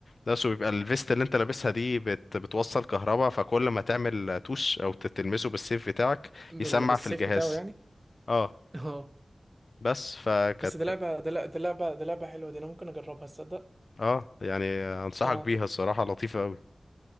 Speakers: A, on the left; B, on the right.
A: بس وبيبقى الفيست اللي انت لابسها دي بت بتوصل كهربا فكل ما تعمل توش او ت- تلمسه بالسيف بتاعك
B: بال...
A: يسمع
B: بالسيف
A: في الجهاز
B: بتاعه يعني
A: اه
B: <laughs> اه
A: بس فكانت
B: بس دي لعبه دي لع- دي لعبه دي لعبه حلوه دي انا ممكن اجربها تصدق
A: اه يعني انصحك
B: اه
A: بيها الصراحة لطيفة قوي